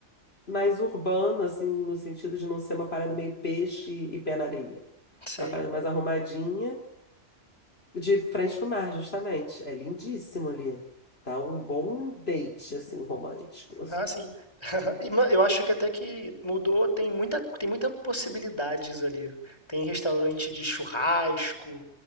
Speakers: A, on the left (about 50°); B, on the left (about 20°).
A: mais urbano, assim, no sentido de não ser uma parada meio peixe e pé na areia.
B: sei.
A: É Uma parada mais arrumadinha, de frente pro mar, justamente. É lindíssimo ali. Dá um bom date, assim, romântico.
B: Ah, sim. <laughs> E, ma- eu acho que até que mudou, tem muita, tem muita possibilidades ali. Tem restaurante de churrasco,